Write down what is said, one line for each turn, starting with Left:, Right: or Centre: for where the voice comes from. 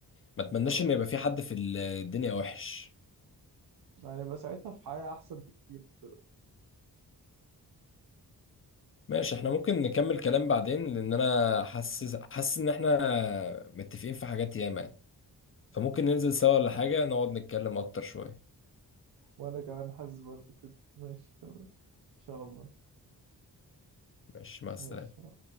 Left: ما اتمناش
Right: اه
Left: ان يبقى في حد في الدنيا وحش
Right: هنبقى ساعتها في حياة احسن بكتير من دلوقتي
Left: ماشي احنا ممكن نكمل كلام بعدين لان انا حاسس حاسس ان احنا متفقين في حاجات ياما يعني. فممكن ننزل سوا ولا حاجه نقعد نتكلم اكتر شويه
Right: وانا كمان حاسس برضه كده ماشي تمام ان شاء الله
Left: ماشي مع السلامة
Right: ماشي مع